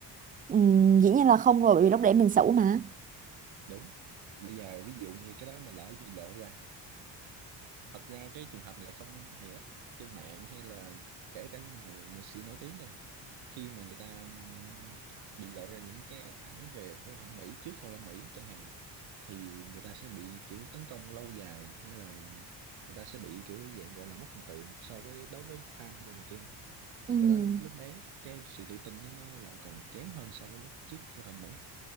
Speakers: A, on the right; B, on the right.
A: ừ. dĩ nhiên là không rồi bởi vì lúc đấy mình xấu mà
B: đúng bây giờ ví dụ như cái đó mà lỡ bị lộ ra thật ra cái trường hợp này không hề ít trên mạng hay là kể cả những người nghệ sĩ nổi tiếng đây khi mà người ta ừm, bị lộ ra những cái ảnh về phẫu thuật thẩm mỹ trước phẫu thuật thẩm mỹ chẳng hạn thì người ta sẽ bị kiểu tấn công lâu dài hay là người ta sẽ bị kiểu dạng gọi là mất hình tượng so với đối với fan đồ này kia thì
A: ừ
B: cái đó lúc đấy cái sự tự tin đó, nó lại còn kém hơn so với lúc trước phẫu thuật thẩm mỹ